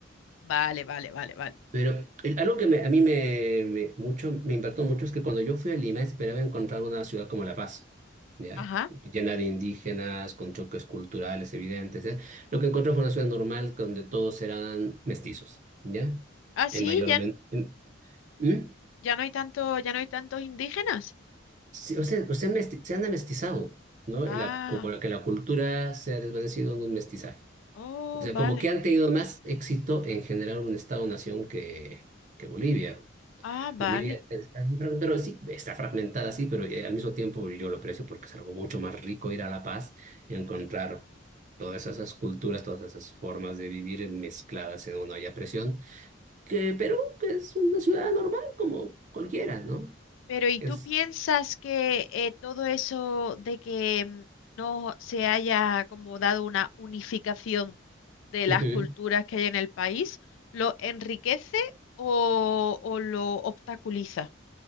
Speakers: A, on the left; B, on the right.
A: vale, vale, vale, vale.
B: Pero el- algo que me- a mí me, me- mucho, me impactó mucho es que cuando yo fui a Lima esperaba encontrar una ciudad como La Paz, ¿ya?
A: Ajá.
B: Llena de indígenas, con choques culturales evidentes, ¿eh? Lo que encontré fue una ciudad normal donde todos eran mestizos, ¿ya?
A: Ah, sí,
B: En mayor
A: ya,
B: o men- en- ¿Mm?
A: ya no hay tanto, ya no hay tantos indígenas.
B: Sí, o sea, o sea, mesti- se han amestizado, ¿no?
A: Ah,
B: La- como que la cultura se ha desvanecido en un mestizaje.
A: oh,
B: O sea,
A: vale.
B: como que han tenido más éxito en generar un Estado-nación que, que Bolivia.
A: Ah, vale.
B: Bolivia está, pero sí, está fragmentada, sí, pero eh, al mismo tiempo yo lo aprecio porque es algo mucho más rico ir a La Paz y encontrar todas esas culturas, todas esas formas de vivir mezcladas en una olla a presión, que Perú que es una ciudad normal como cualquiera, ¿no?
A: Pero ¿y
B: Es,
A: tú piensas que eh, todo eso de que mm, no se haya como dado una unificación de las
B: Ujú.
A: culturas que hay en el país, lo enriquece o, o lo obstaculiza?